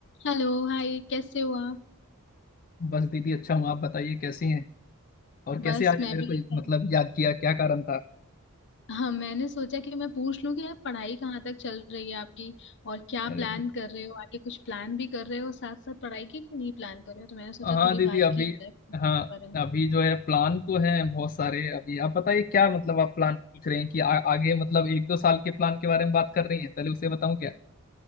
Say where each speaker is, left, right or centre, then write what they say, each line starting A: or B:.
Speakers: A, on the left; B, on the left.
A: Hello hi कैसे हो आप
B: बस दीदी अच्छा हूँ आप बताइए कैसी हैं और कैसे
A: बस
B: आज
A: मैं
B: मेरे
A: भी
B: को
A: एकदम
B: मतलब याद किया क्या कारण था
A: हाँ मैंने सोचा कि मैं पूछ लूं कि आप पढ़ाई कहाँ तक चल रही है आपकी और क्या
B: अरे
A: प्लान
B: जी
A: कर रहे हो आगे कुछ प्लान भी कर रहे हो साथ साथ पढ़ाई की कि नहीं प्लान कर रहे हो तो मैंने सोचा
B: हाँ
A: थोड़ी
B: दीदी
A: बात
B: अभी
A: की जाए इस
B: हाँ
A: बारे में
B: अभी जो है प्लान तो है बहुत सारे अभी आप बताइए क्या मतलब आप प्लान पूछ रहे हैं कि आ, आगे मतलब एक दो साल के प्लान के बारे में बात कर रही हैं पहले उसे बताऊं क्या